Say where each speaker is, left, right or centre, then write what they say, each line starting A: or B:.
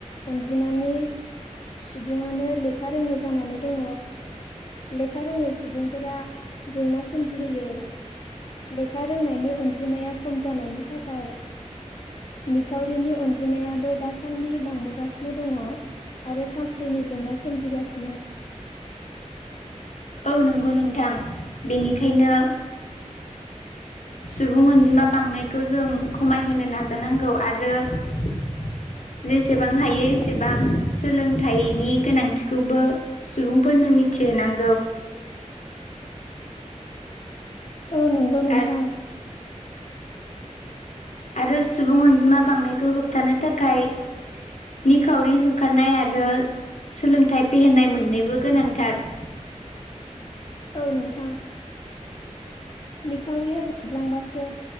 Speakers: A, on the left; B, on the left.
A: अनजिमानि सुबुङानो लेखा रोङै जानानै दङ लेखा रोङै सुबुंफोरा जेंना सोमजिहोयो लेखा रोंनायनि अनजिमाया खम जानायनि थाखाय निखावरिनि अनजिमायाबो दासान्दि बांबोगासिनो दङ आरो साख्रिनि जेंना सोमजिगासिनो
B: औ नंगौ नोंथां बेनिखायनो
A: <inaudible>
B: सुबुं अनजिमा बांनायखौ जों खमायहोनो नाजानांगौ आ रो जेसेबां हायो एसेबां सोलोंथाइनि गोनांथि खौबो सुबुंफोरनो मि होनोनां
A: <inaudible> <unintelligible> औ नंगौ नोंथां
B: आरो आरो सुबुं अनजिमा बांनायखौ होबथानो थाखाय निखावरि होखारनाय आरो सोलोंथाइ फेहेरनाय मोननैबो गोनांथार
A: औ नोंथां निखावरिया जोबलांबासो